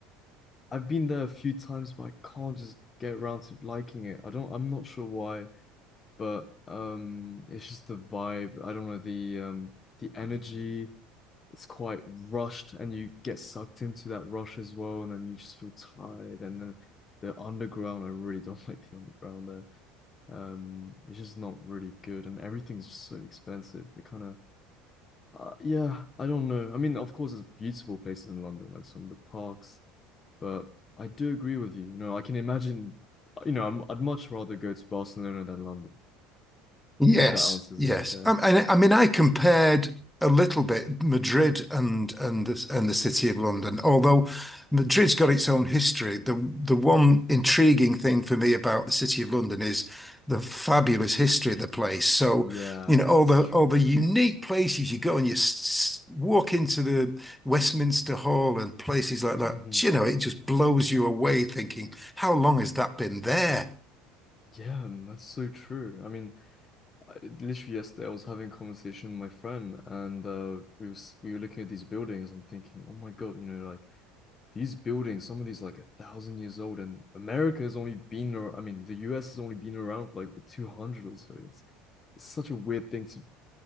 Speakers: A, on the left; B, in the centre.
A: I've been there a few times, but I can't just get around to liking it. I don't, I'm not sure why, but um, it's just the vibe. I don't know, the um, the energy. It's quite rushed, and you get sucked into that rush as well, and then you just feel tired. And then the underground, I really don't <laughs> like the underground there. Um, it's just not really good, and everything's just so expensive. It kind of, uh, yeah, I don't know. I mean, of course, there's beautiful places in London, like some of the parks but I do agree with you. You know, I can imagine, you know, I'm, I'd much rather go to Barcelona than London,
B: Yes,
A: if that answers
B: yes.
A: it. Yeah.
B: I, I, I mean, I compared a little bit Madrid and and the, and the City of London. Although Madrid's got its own history, the the one intriguing thing for me about the City of London is the fabulous history of the place. So,
A: Yeah,
B: you know, all
A: that's
B: the
A: true.
B: all the unique places you go and you s s- walk into the Westminster Hall and places like that.
A: hmm
B: You know, it just blows you away thinking, how long has that been there?
A: Yeah, man, that's so true. I mean, I, literally yesterday I was having a conversation with my friend, and uh, we was we were looking at these buildings and thinking, oh my God, you know, like these buildings, some of these like a thousand years old, and America has only been, ar- I mean, the U.S. has only been around for like the 200 or so. It's, it's such a weird thing to